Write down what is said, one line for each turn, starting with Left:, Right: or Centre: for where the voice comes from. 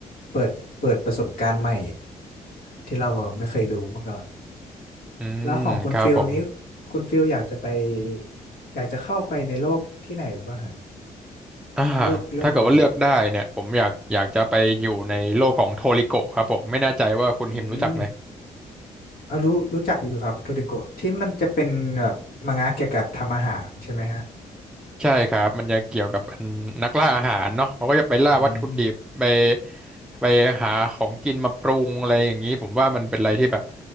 Left: เปิดเปิดประสบการณ์ใหม่ที่เราแบบไม่เคยรู้มาก่อน
Centre: อืมครับผม
Left: แล้วของคุณฟิลนี้คุณฟิลอยากจะไปอยากจะเข้าไปในโลกที่ไหนหรือเปล่าฮะ
Centre: อ่า
Left: โลกเรื่องอะไร
Centre: ถ้าเกิดว่าเลือกได้เนี่ยผมอยากอยากจะไปอยู่ในโลกของโทริโกะครับผมไม่แน่ใจว่าคุณฮิมรู้จักไหม
Left: อืม เอารู้รู้จักอยู่ครับโทริโกะที่มันจะเป็นแบบมังงะเกี่ยวกับทำอาหารใช่ไหมฮะ
Centre: ใช่ครับมันจะเกี่ยวกับอันนักล่าอาหารเนาะเขาก็จะไปล่าวัตถุดิบไป
Left: อืม
Centre: ไปหาของกินมาปรุงอะไรอย่างนี้ผมว่ามันเป็นอะไรที่แบบ